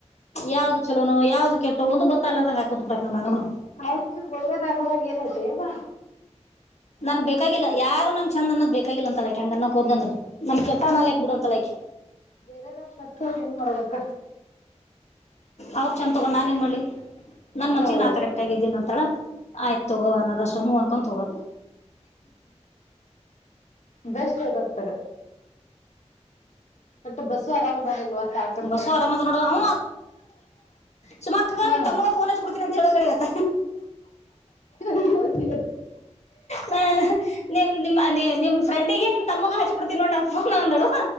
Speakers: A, on the left; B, on the left.
A: ಯಾವ್ದ್ ಚಲೋ ಯಾವ್ದ ಕೆಟ್ಟ ಒಂದು ಗೊತ್ತ ಅಲ್ಲದಂಗಗೆ ಹಾಕಂತ್ಬಿಬೇಕಕ್ ನ್ ನನನು
B: ಅವ ಇವ್ರ ಒಳ್ಳೇದಾಗೋದಾಗ ಏನ ಹತ್ರರಿ ಅವಾ
A: ನನ್ಗ್ ಬೇಕಾಗಿಲ್ಲ ಯಾರು ನಮ ಚಂದ ಅದ ಬೇಕಾಗಿಲ್ಲ ಅಂತ ಅಳಕಂಗ ನ ಹೋದ್ಂದರು ನಮ ಕೆಟ್ಟ ನಾಲಾಕ್ ಬಿಡು ಅಂತಲ್ಲಯಕ
B: ಬೇರೆದ ಒಂದು ಮತ್ತ ಏನ್ ಮಾಡಬೇಕ
A: ಅವ್ರ ಚೆಂದ ತಗೊಂಡ್ ನಾನ ಏನ್ ಮಾಡಿ ನನ್ ಮನ್ಸಿಗೆ
B: ಹೌದು
A: ನಾ ಕರೆಕ್ಟ್ ಆಗ ಇದಿದ್ದೀನ ಅಂತಳ ಆಯ್ತು ತಗೋ ಅದ ಅಷ್ಟ್ ಹ್ೂ ಅನ್ಕೊಂಡು ತೊಗೋಕ್
B: ಬೆಸ್ಟ್ದಸ್ತಗ ಬಟ್ ಬಸ್ಸು ಆರಾಮದಾನ ಇಲ್ವಾಸ ಆಕತ್ತ
A: ಬಸ್ಸು ಆರಾಮದ ನೋಡು ಅವ್ ಸುಮಕ್ಕಗ
B: ಹಾ
A: ನಿನ್ ತಮ್ಮಗ ಫೋನ್ ಹ ಕೊಡ್ತೀನಿ ಅಂತ ಹೇಳತ್ತ
B: ಹತ್ತ
A: ನಾ ನಿಮ್ ನಿಮ್ ನಿ ನಿಮ್ ಫ್ರೆಂಡಿಗೆ ನಿಮ್ ತಮ್ಮಗ ಹಾಚ್ಕ ಕೊಡ್ತೀನಿ ನೋಡ ನ ಫೋನ್ ಒಂದಳು